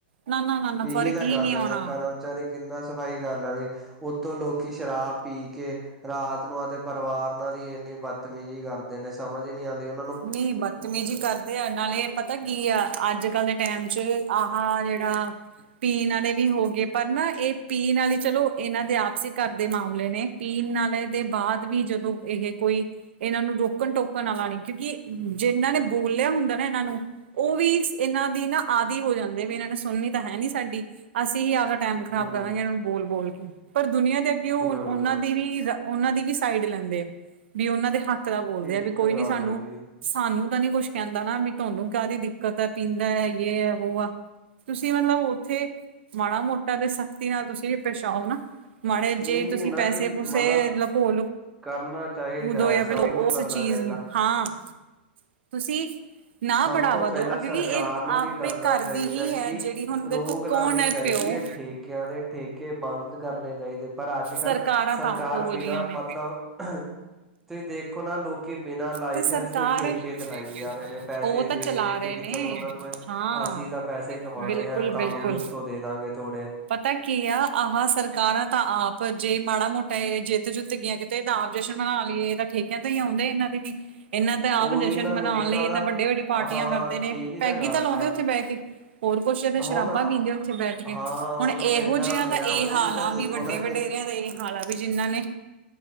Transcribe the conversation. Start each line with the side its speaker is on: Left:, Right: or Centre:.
Right: ਨਾ ਨਾ ਨਾ ਨਾ
Centre: ਇਹੀ
Right: ਫ਼ਰਕ
Centre: ਤਾ
Right: ਹੀ
Centre: ਗੱਲ
Right: ਨਹੀਂ
Centre: ਐ
Right: ਆਉਣਾ
Centre: ਨਾ ਕਰਮਚਾਰੀ ਕਿੰਨਾ ਸਫ਼ਾਈ ਕਰ ਲੈਣਗੇ, ਉੱਤੋਂ ਲੋਕੀ ਸ਼ਰਾਬ ਪੀਕੇ, ਰਾਤ ਨੂੰ ਆਪ ਦੇ ਪਰਿਵਾਰ ਨਾਲ ਈ ਇੰਨੀ ਬਦਤਮੀਜ਼ੀ ਕਰਦੇ ਨੇ, ਸਮਝ ਈ ਨਹੀਂ ਆਂਦੀ ਉਹ
Right: ਨਹੀਂ ਬਦਤਮੀਜ਼ੀ ਕਰਦੇ ਆ, ਨਾਲੇ ਪਤਾ ਕੀ ਆ ਅੱਜ-ਕੱਲ ਡੈਮ'ਚ ਆਹ ਜਿਹੜਾ ਪੀਣ ਵਾਲੇ ਵੀ ਹੋ ਗਏ, ਪਰ ਨਾ ਇਹ ਪੀਣ ਵਾਲੇ ਚਲੋ ਇਹਨਾਂ ਦੇ ਆਪਸੀ ਘਰ ਦੇ ਮਾਮਲੇ ਨੇ। ਪੀਣ ਵਾਲੇ ਦੇ ਬਾਅਦ ਵੀ ਜਦੋਂ ਇਹ ਕੋਈ ਇਹਨਾਂ ਨੂੰ ਰੋਕਣ ਟੋਕਣ ਵਾਲਾ ਨਹੀਂ। ਕਿਉਂਕਿ, ਜਿਨਾਂ ਨੇ ਬੋਲਿਆ ਹੁੰਦਾ ਨਾ ਇਹਨਾਂ ਨੂੰ ਉਹ ਵੀ ਇਹਨਾਂ ਦੀ ਨਾ ਆਦਿ ਹੋ ਜਾਂਦੇ ਵੀ ਇਹਨਾਂ ਨੇ ਸੁਣਨੀ ਤਾਂ ਹੈ ਨੀ ਸਾਡੀ, ਅਸੀਂ ਅਗਰ ਟਾਈਮ ਖ਼ਰਾਬ
Centre: ਹਮ
Right: ਕਰਾਂਗੇ ਇਹਨਾਂ ਨੂੰ ਬੋਲ-ਬੋਲਕੇ ਪਰ ਦੁਨੀਆਂ ਦੇ ਅੱਗੇ ਉਹ
Centre: ਬਿਲਕੁਲ
Right: ਉਹਨਾਂ ਦੀ ਵੀ ਉਹਨਾਂ ਦੀ ਵੀ ਸਾਈਡ ਲੈਂਦੇ, ਵੀ ਉਹਨਾਂ ਦੇ ਹੱਕ ਦਾ ਬੋਲਦੇ
Centre: ਇਹੀ
Right: ਆ ਵੀ
Centre: ਤਾਂ
Right: ਕੋਈ
Centre: ਗੱਲ
Right: ਨੀ ਸਾਨੂੰ
Centre: ਹੈ ਜੀ
Right: ਸਾਨੂੰ ਤਾਂ ਨੀ ਕੁਛ ਕਹਿੰਦਾ ਨਾ, ਵੀ ਤਹਾਨੂੰ ਕਾਹਦੀ ਦਿੱਕਤ ਹੈ ਪੀਂਦਾ ਯੇ ਏ ਵੋ ਆ ਤੁਸੀਂ ਮਤਲਬ ਉੱਥੇ, ਮਾੜਾ ਮੋਟਾ ਤੇ ਸਖਤੀ ਨਾਲ ਤੁਸੀਂ ਵੀ ਪੇਸ਼ ਆਓ ਨਾ। ਮਾੜੇ
Centre: ਇਹੀ
Right: ਜੇ ਤੁਸੀਂ
Centre: ਨਾ
Right: ਪੈਸੇ
Centre: ਕਿ
Right: ਪੂਸੇ
Centre: ਮਤਲਬ
Right: ਲਕੋ ਲੋਂ
Centre: ਕਰਨਾ ਚਾਹੀਦਾ
Right: ਦੋ
Centre: ਸਭ
Right: ਫੇਰ ਉਸ
Centre: ਨੂੰ ਕਰਨਾ
Right: ਚੀਜ਼
Centre: ਚਾਹੀਦਾ
Right: ਨੂੰ, ਹਾਂ ਤੁਸੀਂ ਨਾ
Centre: ਸਭ
Right: ਬੜਾਵਾ
Centre: ਤੋਂ ਪਹਿਲਾਂ
Right: ਦੋ,
Centre: ਸਰਕਾਰ
Right: ਕਿਉਂਕਿ ਇਹ
Centre: ਨੂੰ
Right: ਆਪੇ
Centre: ਵੀ ਕਰਨਾ
Right: ਘਰ
Centre: ਚਾਹੀਦਾ
Right: ਦੀ ਹੀ
Centre: ਕਿ
Right: ਹੈ ਜਿਹੜੀ ਹੁਣ ਦੇਖੋ
Centre: ਰੋਕ ਲਾਉਣੀ
Right: ਕੌਣ ਐ
Centre: ਚਾਹੀਦੀ
Right: ਪਿਓ
Centre: ਹੈ ਠੇਕਿਆਂ ਦੇ ਠੇਕੇ ਬੰਦ ਕਰਨੇ ਚਾਹੀਦੇ, ਪਰ ਅੱਜ ਕੱਲ੍ਹ
Right: ਸਰਕਾਰਾਂ ਤਾਂ
Centre: ਸਰਕਾਰ
Right: ਆਪ ਉਹੋ
Centre: ਬਿਨਾਂ
Right: ਜਿਹੀਆਂ ਨੇ
Centre: ਮਤਲਬ ਤੁਸੀਂ ਦੇਖੋ ਨਾ, ਲੋਕੀ ਬਿਨਾਂ ਲਾਇਸੈਂਸ
Right: ਤੇ ਸਰਕਾਰ
Centre: ਤੋਂ ਠੇਕੇ ਕੇ ਚਲਾਈ ਜਾ ਰਹੇ ਨੇ। ਪੈਸੇ
Right: ਉਹ ਤਾਂ
Centre: ਦੇ
Right: ਚਲਾ
Centre: -ਦੇ ਕੇ
Right: ਰਹੇ ਨੇ
Centre: ਚਲੋ ਓਨਾਂ ਨੂੰ ਐ,
Right: ਹਾਂ
Centre: ਅਸੀਂ ਤਾਂ ਪੈਸੇ ਕਮਾਣੇ
Right: ਬਿਲਕੁਲ
Centre: ਆ ਤੁਹਾਨੂੰ
Right: ਬਿਲਕੁਲ
Centre: ਵੀ ਉੱਤੋਂ ਦੇ ਦਾਂਗੇ। ਥੋੜੇ।
Right: ਪਤਾ ਕੀ ਆ, ਆਹ ਸਰ ਕਾਰਾ ਤਾਂ ਆਪ, ਜੇ ਮਾੜਾ ਮੋਟਾ ਜਿੱਤ ਜੁਤ ਗਈਆਂ ਕਿਤੇ ਤਾਂ ਆਪ ਜਸ਼ਨ ਮਨਾ ਲਈਏ ਤਾਂ ਠੇਕੇ ਕਿਆ ਤੋਂ ਹੀ ਆਉਂਦੇ ਇਹਨਾਂ ਦੇ ਵੀ। ਇਹਨਾਂ ਤਾਂ ਆਪ
Centre: ਉਹੀ
Right: ਜਸ਼ਨ
Centre: ਨਾ
Right: ਮਨਾਉਣ
Centre: ਲੋਕਾਂ
Right: ਲਈ ਇਹ
Centre: ਦਾ
Right: ਤਾਂ ਵੱਡੀ- ਵੱਡੀ ਪਾਰਟੀਆਂ
Centre: ਹਾਂ
Right: ਕਰਦੇ ਨੇ,
Centre: ਇਹੀ
Right: ਪੈਗ
Centre: ਗੱਲ
Right: ਹੀ ਤਾਂ ਲਾਉਂਦੇ
Centre: ਆ
Right: ਉੱਥੇ ਬਹਿ ਕੇ। ਹੋਰ ਕੁਛ ਇਹ
Centre: ਹੁਣ
Right: ਸ਼ਰਾਬਾ ਪੀਂਦੇ ਉੱਥੇ ਬੈਠ ਕੇ,
Centre: ਹਾਂ
Right: ਹੁਣ ਇਹੋ
Centre: ਪਿੰਡਾਂ
Right: ਜਿਹਾ
Centre: ਲਿਆ
Right: ਦਾ ਇਹ
Centre: ਉਹ
Right: ਹਾਲ
Centre: ਤਾਂ
Right: ਆ
Centre: ਦੇਖੋ
Right: ਵੀ ਵੱਡੇ
Centre: ਨਾ
Right: ਵਡੇਰਿਆਂ ਦੇ ਇਹੀ ਹਾਲਾ ਵੀ ਜਿਨਾਂ ਨੇ